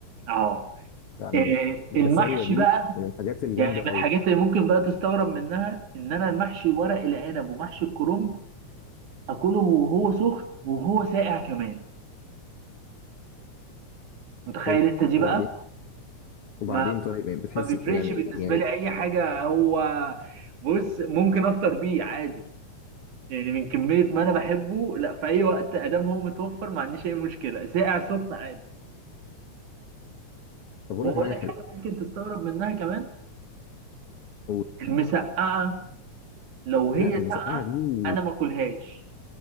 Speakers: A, on the right; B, on the left.
A: اه
B: يعني
A: إيه،
B: البسارية
A: المحشي
B: دي
A: بقى
B: من الحاجات الجامدة
A: يعني من الحاجات
B: قوي
A: اللي ممكن بقى تستغرب منها ان انا المحشي ورق العنب ومحشي الكرنب اكله وهو سخن وهو ساقع كمان متخيل
B: حلو
A: انت دي
B: وبعدين
A: بقى
B: وبعدين
A: ما
B: طيب يعني بتحس
A: ما بيفرقش
B: ب- يعني
A: بالنسبه
B: يعني
A: لي اي حاجه هو بص ممكن افطر بيه عادي يعني من كميه ما انا بحبه لا في اي وقت ادام هو متوفر ما عنديش اي مشكله ساقع سخن عادي
B: طب اقول
A: واقول
B: لك على حاجة
A: لك
B: حلوة
A: حاجه ممكن تستغرب منها كمان
B: قول.
A: المسقعه لو
B: لا
A: هي
B: المسقعة
A: ساقعه
B: دي
A: انا ما اكلهاش